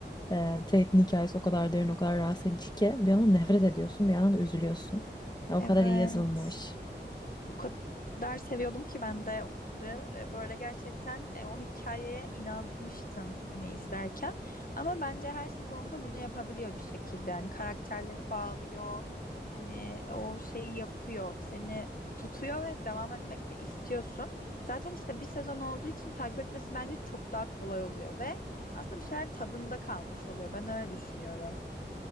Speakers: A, on the left (about 20°); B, on the left (about 50°).
A: E, Tate'in hikayesi o kadar derin, o kadar rahatsız edici ki bir yandan nefret ediyorsun, bir yandan da üzülüyorsun. Ya,
B: Evet.
A: o kadar iyi yazılmış.
B: o kadar seviyordum ki ben de onları e, böyle gerçekten e, o hikayeye inanmıştım hani izlerken. Ama bence her sezonda bunu yapabiliyor bir şekilde. Hani karakterleri bağlıyor. Hani o şeyi yapıyor. Seni tutuyor ve devam etmek de istiyorsun. Zaten işte bir sezon olduğu için takip etmesi bence çok daha kolay oluyor ve aslında bir şeyler tadında kalmış oluyor. Ben öyle düşünüyorum.